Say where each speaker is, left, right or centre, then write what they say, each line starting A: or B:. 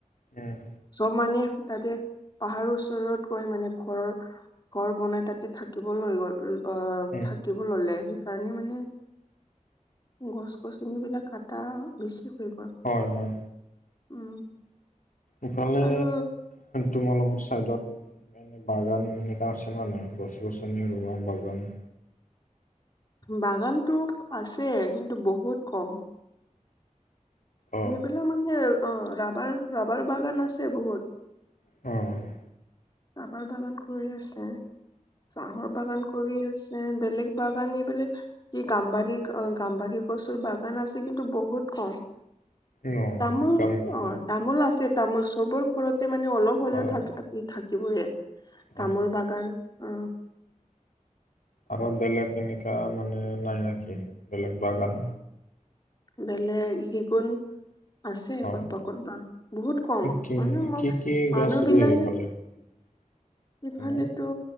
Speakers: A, on the left; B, on the left.
A: উম।
B: চব মানুহে তাতে পাহাৰৰ ওচৰত গৈ মানে ঘৰ ঘৰ বনাই তাতে থাকিবলৈ গ'ল। অ',
A: উম
B: থাকিব ল'লে। সেইকাৰণে মানে গছ-গছনিবিলাক কটা বেছি হৈ গ'ল।
A: হয়, হয়।
B: উম।
A: ইফালে
B: আৰু
A: তোমালোকৰ চাইডত এ বাগান এনেকা আছে নে নাই, গছ-গছনি ৰুোৱা বাগান?
B: বাগানতো আছে কিন্তু বহুত ক'ম।
A: অ
B: সেইবিলাক মানে অ', ৰাবাৰ ৰাবাৰ বাগান আছে বহুত।
A: অ'।
B: চাহৰ বাগান কৰি আছে। চাহৰ বাগান কৰি আছে। উম বেলেগ বাগান এই বিলাক কি গাম্বাৰী গাম্বাৰী গছৰ বাগান আছে কিন্তু বহুত কম।
A: ন
B: তামোল
A: গাম্বাৰী
B: অ তামোল আছে। তামোল চবৰ ঘৰতে মানে অলপ হ'লেও
A: অ
B: থাক থাকিবয়ে
A: হয়
B: তামোল বাগান। উম।
A: আৰু বেলেগ এনেকুৱা মানে নাই নেকি বেলেগ বাগান?
B: বেলেগ শিশুন আছে
A: অ
B: ক'তবা ক'তবা বহুত কম
A: কি
B: মানে
A: কি কি
B: মানুহ
A: গছ
B: বিলাকে
A: ৰুৱে <inaudible>
B: ইফালেতো
A: এনে